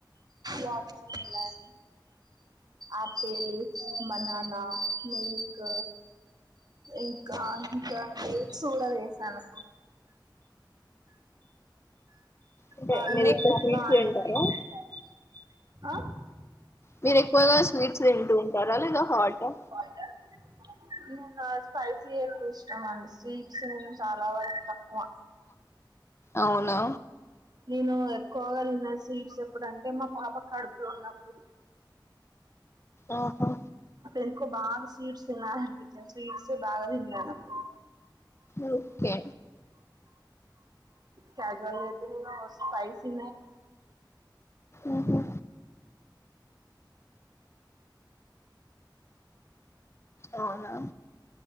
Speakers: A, on the right; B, on the left.
A: watermelon apple banana milk ఇంకా ఇంక డెట్స్ కూడా వేసాను
B: అంటే
A: పర్లేదు
B: మీరు ఎక్కువ స్వీట్స్
A: బానే
B: తింటారా
A: వేసాను ఆ
B: మీరు ఎక్కువగా స్వీట్స్ తింటు ఉంటారా లేదా హాటా
A: <inaudible> స్పైసీ ఎక్కువ ఇష్టం అండి స్వీట్స్ చాలా వరకు తక్కువ
B: అవునా
A: నేను ఎక్కువగా తిన్న స్వీట్స్ ఎప్పుడు అంటే మా పాప కడుపులో ఉన్నప్పుడు
B: ఆహో
A: డుకో బాగా స్వీట్స్ తినాలనిపించింది స్వీట్స్ బాగా తిన్నాను అప్పుడు
B: ఓకే
A: కజువల్ అయితే స్పైసీ
B: ఉహు అవునా